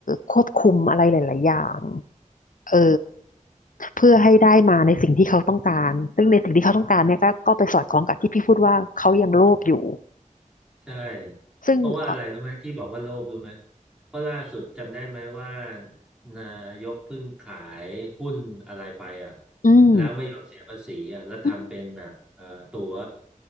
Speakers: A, on the left (about 75°); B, in the centre.
A: ควบคุมอะไรหลายๆอย่างเออเพื่อให้ได้มาในสิ่งที่เขาต้องการซึ่งในสิ่งที่เขาต้องการเนี่ยก็ก็ไปสอดคล้องกับที่พี่พูดว่าเขายังโลภอยู่
B: ใช่
A: ซึ่งเอ่อ
B: เพราะว่าอะไรรู้ไหมที่บอกว่าโลภรู้ไหมเพราะล่าสุดจำได้ไหมว่านายกเพิ่งขายหุ้นอะไรไปอ่ะ
A: อืม
B: แล้วไม่ยอมเสียภาษีอ่ะแล้วทำเป็นแบบเอ่อตั๋ว
A: อืม